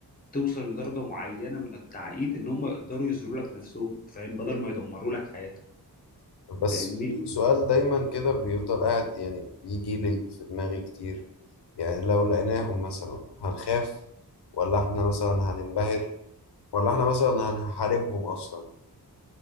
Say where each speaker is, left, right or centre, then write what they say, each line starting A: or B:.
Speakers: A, on the left; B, on the left.
A: توصل لدرجة معينة من التعقيد ان هم يقدروا يظهروا لك نفسهم فاهم بدل ما يدمروا لك حياتك
B: بس
A: فاهمني
B: في سؤال دايما كده بيفضل قاعد يعني بيجي لي في دماغي كتير يعني لو لقيناهم مثلا هنخاف ولا احنا مثلا هننبهر ولا احنا مثلا هنحاربهم اصلا